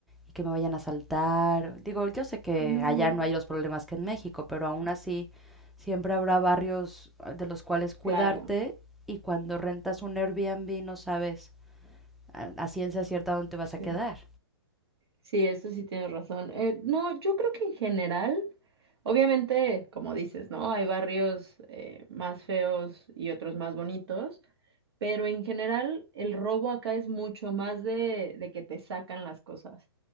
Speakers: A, in the centre; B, on the right (about 70°).
A: y que me vayan a asaltar. Digo, yo sé que
B: No,
A: allá no hay los problemas que en México, pero aún así siempre habrá barrios eh, de los cuales cuidarte
B: Claro,
A: y cuando rentas un Airbnb no sabes a, a ciencia cierta dónde te vas
B: sí.
A: a quedar.
B: Sí, eso sí tienes razón. Eh, no, yo creo que en general, obviamente, como dices, ¿no? Hay barrios eh, más feos y otros más bonitos, pero en general el robo acá es mucho más de, de que te sacan las cosas.